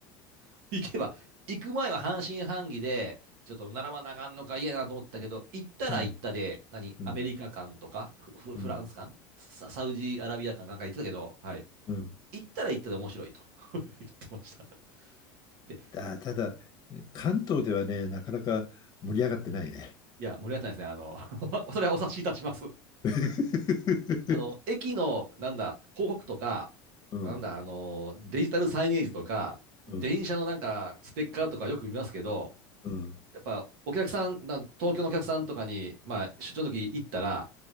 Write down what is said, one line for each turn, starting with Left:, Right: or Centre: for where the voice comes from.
Right: <laughs> 行けば、行く前は半信半疑で、ちょっと並ばなあかんのか嫌やなと思ったけど、行ったら行ったで、
Left: うん。
Right: 何、
Left: うん。
Right: アメリカ館とか、フ、フフランス館、
Left: うん。
Right: サ、サウジアラビア館かなんか行ってたけど、はい。
Left: うん。
Right: 行ったら行ったで面白いと <laughs> 言ってました。で、
Left: あー、ただ、関東ではね、なかなか盛り上がってないね。
Right: いや、盛り上がさんですね、あの、<laughs> それはお察しいたします。
Left: <laughs>
Right: あの、駅の、なんだ、広告とか、
Left: うん。
Right: なんだ、あの、デジタルサイネージとか、
Left: うん。
Right: 電車のなんか、ステッカーとかよく見ますけど、
Left: うん。
Right: やっぱ、お客さん、なん東京のお客さんとかに、まあ、出張の時行ったら、